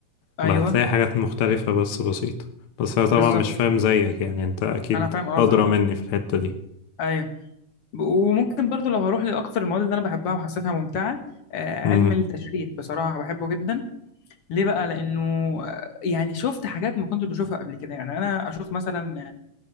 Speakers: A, on the left; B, on the left.
A: أيوه
B: ما هتلاقي حاجات مختلفة بس بسيطة بس انا طبعا
A: بالظبط
B: مش فاهم زيك يعني انت اكيد
A: أنا فاهم قصدك
B: ادرى
A: أه
B: مني في الحتة دي
A: أيوه ب- وممكن برضو لو هروح لأكتر المواد اللي أنا بحبها وحسيتها ممتعة آه، علم
B: امم
A: التشريح بصراحة بحبه جدا ليه بقى؟ لأنه آه، يعني شفت حاجات ما كنتش بشوفها قبل كده يعني أنا أشوف مثلا